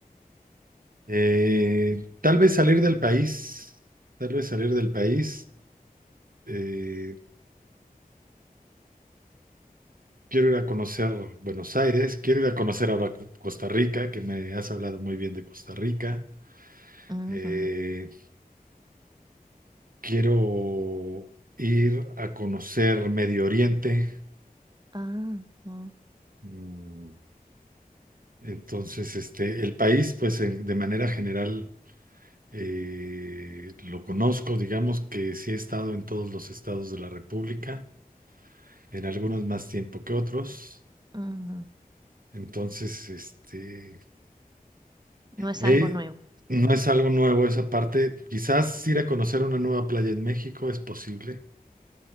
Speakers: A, on the right; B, on the right.
A: Eh, tal vez salir del país, tal vez salir del país. Eh, quiero ir a conocer Buenos Aires, quiero ir a conocer ahora Co- Costa Rica, que me has hablado muy bien de Costa Rica.
B: Ujú,
A: Eh, quiero ir a conocer Medio Oriente.
B: Ah, no,
A: Mm, Entonces, este, el país, pues en- de manera general, eh, lo conozco, digamos que sí he estado en todos los estados de la República en algunos más tiempo que otros.
B: ujú,
A: Entonces, este,
B: No es
A: eh,
B: algo nuevo.
A: no es algo nuevo esa parte. Quizás ir a conocer una nueva playa en México es posible.